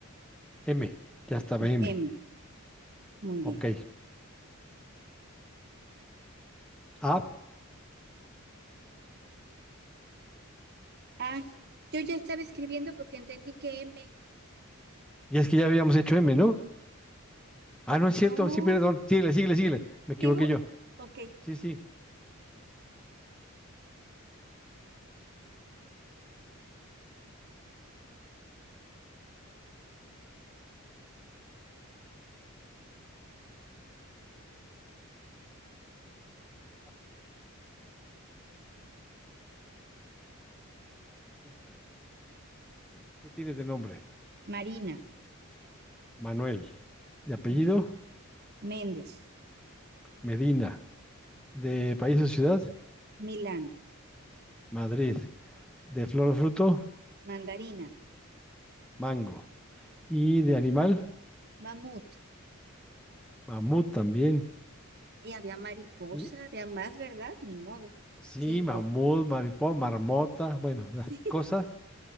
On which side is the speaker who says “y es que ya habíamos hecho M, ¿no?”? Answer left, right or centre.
Centre